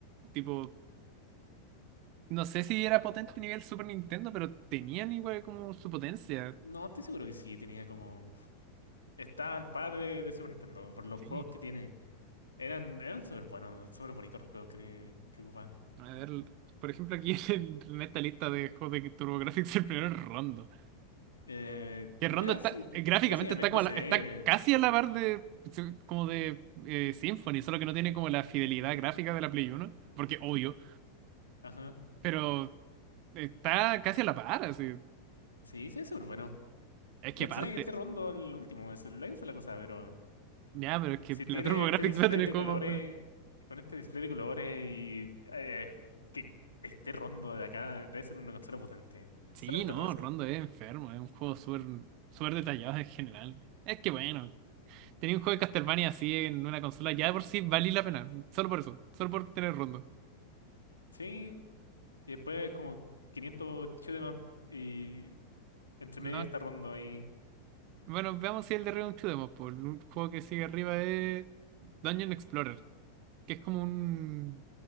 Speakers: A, on the right (about 40°); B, on the left (about 75°).
A: tipo, no sé si era potente a nivel Super Nintendo, pero tenían igual como su potencia.
B: No, estoy seguro que sí, tenía como... Estaba al par de, de Super Nintendo, por los
A: Sí.
B: juegos que tiene. Eran, eran súper buenos, súper bonitos los juegos que tiene, que ocupa.
A: A ver, por ejemplo, aquí <laughs> en, en esta lista de juegos de TurboGrafx, el primero es Rondo.
B: Eh,
A: Que Rondo
B: mira,
A: está,
B: sí,
A: eh, gráficamente
B: gráficamente
A: está como a
B: se
A: la- está
B: ve...
A: casi a la par de se- como de eh, Symphony, solo que no tiene como la fidelidad gráfica de la Play Uno porque obvio,
B: Ajá.
A: pero está casi a la par, así.
B: Sí, se ve súper bueno.
A: Es que
B: Me
A: aparte,
B: extraña que esté rondo al último, es el- esa es la cosa, pero
A: ya, pero es que
B: si tiene
A: la TurboGrafx
B: este display
A: va a tener
B: de
A: como
B: colores,
A: más bueno.
B: con este display de colores y eh, que esté rondo de acá, debe ser una consola potente.
A: Sí,
B: Solamente
A: no,
B: por eso.
A: Rondo es enfermo, es un juego súper súper detallado en general. Es que bueno. Tenía un juego de Castlevania así en una consola, ya de por sí valía la pena. Solo por eso, solo por tener rondo.
B: Sí, y después como 500 shoot 'em up y entre
A: No.
B: medio está rondo ahí.
A: Bueno, veamos si el de Return un Demo, pues, un juego que sigue arriba es Dungeon Explorer, que es como un